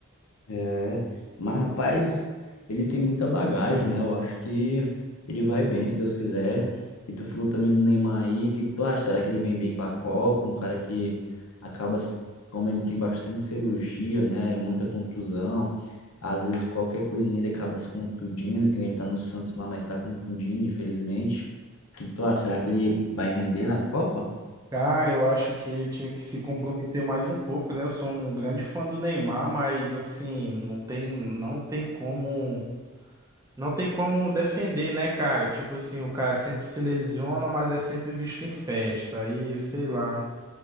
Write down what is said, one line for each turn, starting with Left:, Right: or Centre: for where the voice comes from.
Left: É, mas rapaz, ele tem muita bagagem, né? Eu acho que ele vai bem, se Deus quiser. E tu falou também do Neymar aí, o que que tu acha? Será que ele vem bem pra Copa? Um cara que acaba, se- como ele tem bastante cirurgia, né? Muita contusão. Às vezes qualquer coisinha ele acaba se contundindo, que nem ele tá no Santos lá, mas tá contundindo, infelizmente. O que que tu acha? Será que ele vai render na Copa?
Right: Cara, eu acho que ele tinha que se comprometer mais um pouco, né? Eu sou um grande fã do Neymar, mas assim, não tem, não tem como, não tem como defender, né, cara? Tipo assim, o cara sempre se lesiona, mas é sempre visto em festa. Aí, sei lá.